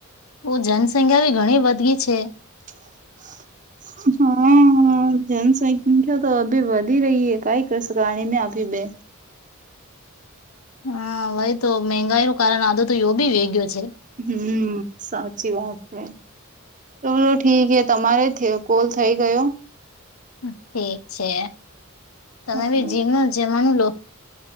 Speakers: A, on the left; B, on the right.
A: ઓ જનસંખ્યા બી ઘણી વધી છે
B: <inaudible> હા જનસંખ્યા તો અભી વધી રહી હ કઈ કશણી ને અભી બે
A: હા વાઈ તો મંગાઈ નું કારણ આજો તો યો બી વેગયો છે
B: હમ સાચી વાત છે ચલો ઠીકે તમારે થયો કોલ થઈ ગયો
A: ઠીક છે તમે
B: હમ
A: બી જીમનો જેમનું લો.